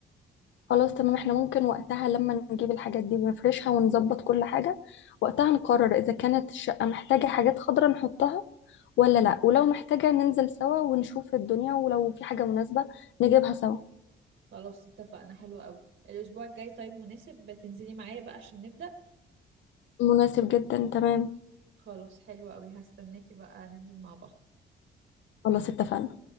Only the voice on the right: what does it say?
خلاص اتفقنا حلو قوي الاسبوع الجاي طيب مناسب تنزلي معايا بقى عشان نبدأ
خلاص حلو قوي هستناكي بقى ننزل مع بعض